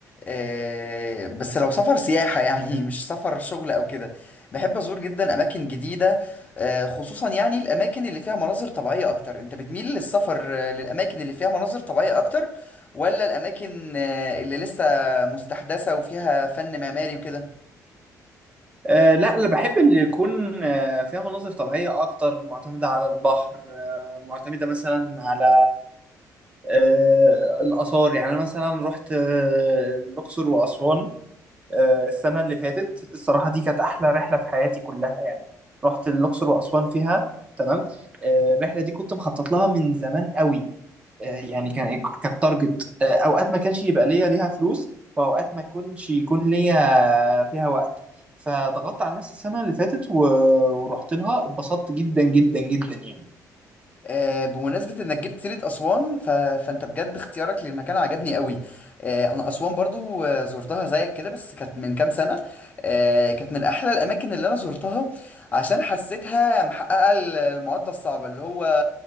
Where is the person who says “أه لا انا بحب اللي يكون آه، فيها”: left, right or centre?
Right